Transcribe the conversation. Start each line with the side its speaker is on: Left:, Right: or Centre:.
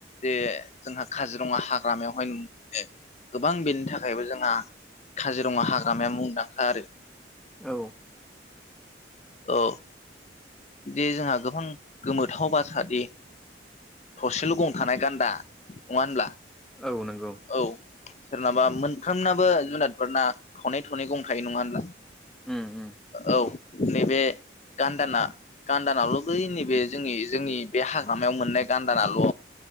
Left: जे जोंहा काजिरङा हाग्रामायावहाय <unintelligible> गोबां बेनि थाखाय थाखायबो जोंहा काजिरङा हाग्रामाया मुंदांखा आरो।
Centre: औ।
Left: औ दे जोंहा गोबां गोमोथाव बाथ्रा दि थसेल' गं थानाय गान्दा नङा होनब्ला?
Centre: औ नंगौ।
Left: औ सोरनाबा मोनफ्रोमनाबो जुनारफोरना थनै थनै गं थायो नङा होनब्ला?
Centre: उम उम
Left: औ नैबे गान्दाना गान्दानाल' बै नैबे जोंनि जोंनि बे हाग्रामायाव मोननाय गान्दानाल'